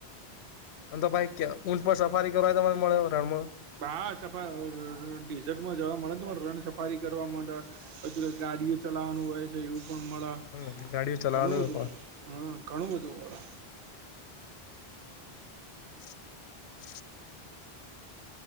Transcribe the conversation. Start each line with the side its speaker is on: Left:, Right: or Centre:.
Left: અનેમ તો ભાઈ ઊંચ પર સફારી કરવાય તો તને મળે રણમાં.
Right: હા સફા ડેઝટમાં જવા મળે રણ સફારી કરવા માંતે. બધુ ગાડીઓ ચલાવવાનું હોય છે એવું પણ મળે.
Left: હમ ગાડીઓ ચલાવવાનું
Right: ઘણું બધું
Left: પણ
Right: હમ ઘણું બધું મળે.
Left: <inaudible>